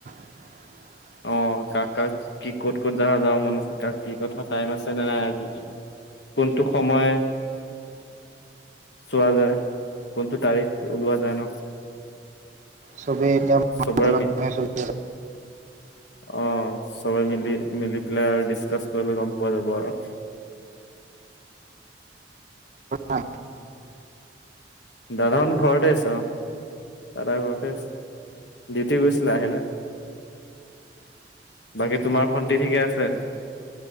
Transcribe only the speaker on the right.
<inaudible>
চবেই এতিয়া <unintelligible>
কেনেকে চলিছে
না